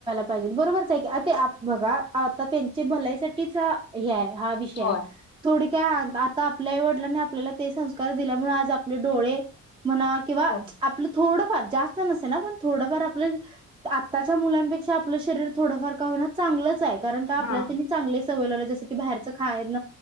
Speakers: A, on the right; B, on the left.
A: पाहिजे बरोबरच आहे की, बघा आता त्यांच्या भलाईसाठीच. हे आय. हा विषय
B: होय
A: आहे थोडी. आता आपल्या वडिलांनी आपल्याला ते संस्कार दिल्यामुळे आज आपले डोळे. म्हणा किंवा
B: होय.
A: आपलं थोडं. जास्त नसे ना पण थोडफार आपलं. आताच्या मुलांपेक्षा आपलं शरीर थोडंफार का होई ना चांगलंच. चांगलच कारण का आपल्याला
B: हा
A: तेनी चांगले. सवय जस की बाहेरचं खान.